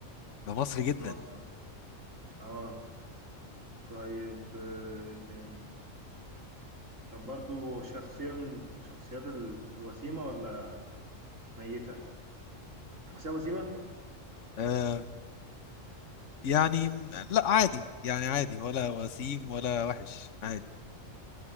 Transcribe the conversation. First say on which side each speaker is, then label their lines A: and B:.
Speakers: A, on the left (about 65°); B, on the right (about 75°).
A: ده مصري جدا
B: مصري اه طيب آه، إيه تاني طب برضو شخصيه من الشخصيات ال- الوسيمه ولا ميته شخصيه وسيمه
A: آه يعني لا عادي يعني عادي ولا وسيم ولا وحش عادي